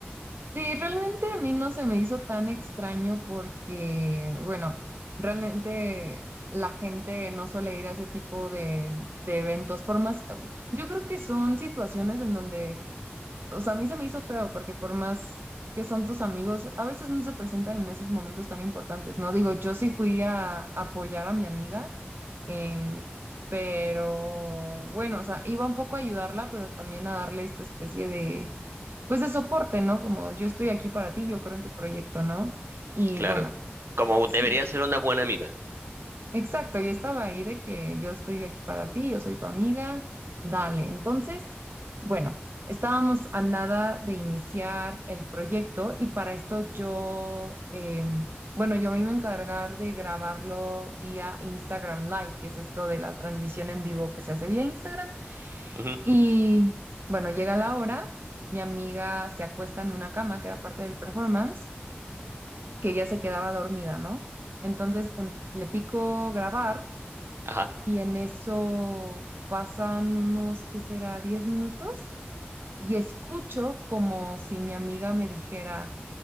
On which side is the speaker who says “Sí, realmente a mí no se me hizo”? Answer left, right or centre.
Right